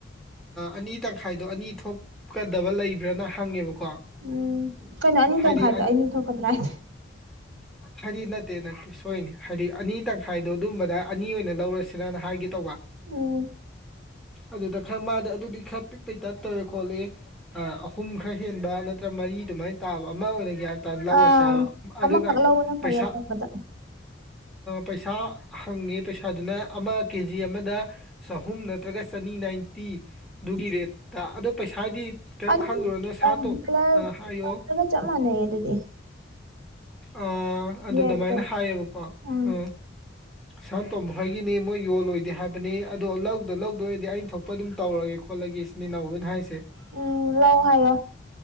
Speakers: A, in the centre; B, on the right.
A: ꯑꯅꯤ ꯇꯪꯈꯥꯏꯗꯣ ꯑꯅꯤ ꯊꯣꯛꯀꯗꯕ ꯂꯩꯕ꯭ꯔꯅ ꯍꯪꯉꯦꯕꯀꯣ
B: ꯎꯝ ꯀꯩꯅꯣ ꯑꯅꯤ
A: ꯍꯥꯏꯗꯤ
B: ꯇꯧ ꯃꯈꯥꯏꯗ ꯑꯩꯅꯤ ꯊꯣꯛꯀꯗ꯭ꯔꯥ ꯍꯥꯏꯁꯦ
A: ꯍꯥꯏ ꯅꯠꯇꯦ ꯅꯠꯇꯦ ꯁꯣꯏꯅꯤ ꯍꯥꯏꯗꯤ ꯑꯅꯤ ꯇꯪꯈꯥꯏꯗꯣ ꯑꯗꯨꯝꯕꯗ ꯑꯅꯤ ꯑꯣꯏꯅ ꯂꯧꯔꯁꯤꯅꯅ ꯍꯥꯏꯒꯦ ꯇꯧꯕ
B: ꯎꯝ
A: ꯑꯗꯨꯗ ꯈꯔ ꯃꯥꯗꯤ ꯑꯗꯨꯗꯤ ꯈꯔ ꯄꯤꯛꯄꯩ ꯇꯠꯇꯧꯋꯦ ꯈꯣꯠꯂꯤ ꯑꯍꯨꯝ ꯈꯔ ꯍꯦꯟꯕ ꯅꯠꯇ꯭ꯔ ꯃꯔꯤ ꯑꯗꯨꯃꯥꯏꯅ ꯇꯥꯕ ꯑꯃ ꯑꯣꯏꯅ ꯒ꯭ꯌꯥꯟ ꯂꯧꯔꯁꯦ
B: ꯑꯥ
A: ꯍꯥꯏꯕ ꯑꯗꯨꯒ
B: ꯑꯃꯈꯛ ꯂꯧꯕꯅ
A: ꯄꯩꯁꯥ
B: ꯐꯩ ꯑꯇꯣꯞꯄꯗ
A: ꯄꯩꯁꯥ ꯍꯪꯉꯦ ꯄꯩꯁꯥꯗꯨꯅ ꯑꯃ ꯀꯦ ꯖꯤ ꯑꯃꯗ ꯆꯍꯨꯝ ꯅꯠꯇ꯭ꯔꯒ ꯆꯅꯤ ꯅꯥꯏꯟꯇꯤꯗꯨꯒꯤ ꯔꯦꯠꯇ ꯑꯗꯣ ꯄꯩꯁꯥꯗꯤ ꯀꯔꯤꯝ
B: ꯑꯗꯨ
A: ꯈꯜꯂꯨꯔꯅꯣ ꯁꯥꯇꯣ
B: ꯕꯣꯏꯂꯔꯒ
A: ꯑ ꯍꯥꯏꯌꯣ
B: ꯆꯞ ꯃꯥꯟꯅꯩꯌꯦ ꯑꯗꯨꯗꯤ
A: ꯑ ꯑꯗꯨ
B: ꯔꯦꯠꯇꯣ
A: ꯑꯗꯨꯃꯥꯏꯅ ꯍꯥꯏꯌꯦꯕꯀꯣ
B: ꯎꯝ
A: ꯑ ꯁꯥꯟ ꯇꯣꯝꯝꯕ ꯍꯣꯏꯒꯤꯅꯤ ꯃꯣꯏ ꯌꯣꯜꯂꯣꯏꯗꯦ ꯍꯥꯏꯕꯅꯤ ꯑꯗꯣ ꯂꯧꯗ ꯂꯧ ꯑꯗꯨ ꯑꯣꯏꯔꯗꯤ ꯑꯩꯅ ꯊꯣꯛꯄ ꯑꯗꯨꯝ ꯇꯧꯔꯒꯦ ꯈꯣꯠꯂꯒꯦ ꯏꯆ ꯏꯅꯥꯎꯕꯅ ꯍꯥꯏꯁꯤꯦ
B: ꯎꯝ ꯂꯧ ꯍꯥꯏꯌꯣ